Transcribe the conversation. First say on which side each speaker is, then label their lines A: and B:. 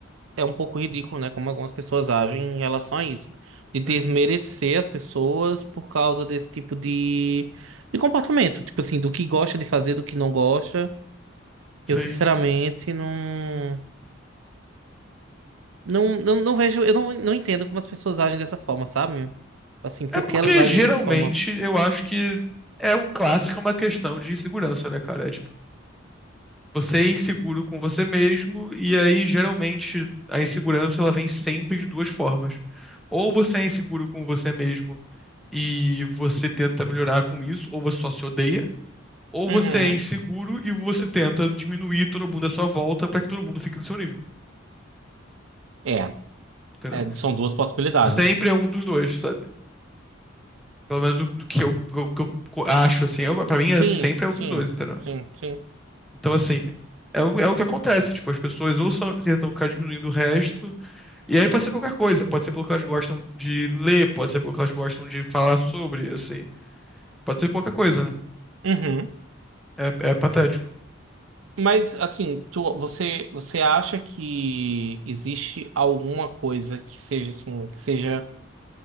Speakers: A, on the right; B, in the centre.
A: é um pouco ridículo, né? Como algumas pessoas agem em relação a isso. De desmerecer
B: Sim,
A: as pessoas por causa desse tipo de, de comportamento. Tipo assim, do que gosta de fazer, do que não gosta.
B: sim.
A: Eu, sinceramente, não. Não, não, não vejo. Eu não, não entendo como as pessoas agem dessa forma, sabe? Assim, por
B: É porque
A: que elas agem
B: geralmente
A: dessa forma?
B: eu acho que é o clássico, é uma questão de insegurança, né, cara? É tipo, você é inseguro com você mesmo, e aí geralmente a insegurança ela vem sempre de duas formas. Ou você é inseguro com você mesmo e você tenta melhorar com isso, ou você só se odeia, ou
A: Uhum.
B: você é inseguro e você tenta diminuir todo mundo à sua volta pra que todo mundo fique no seu nível,
A: É,
B: entendeu?
A: é, são duas possibilidades.
B: Sempre é um dos dois, sabe? Pelo menos o, do que eu, o que eu acho, assim, eu, pra mim é
A: Sim,
B: sempre é um
A: sim,
B: dos dois, entendeu?
A: sim, sim.
B: Então, assim, é, o- é o que acontece. Tipo, as pessoas ou são, tentam ficar diminuindo o resto, e aí pode ser qualquer coisa. Pode ser pelo que elas gostam de ler, pode ser pelo que elas gostam de falar sobre, assim. Pode ser qualquer coisa, né?
A: Uhum.
B: É, é patético.
A: Mas assim, tu, você você acha que existe alguma coisa que seja assim, que seja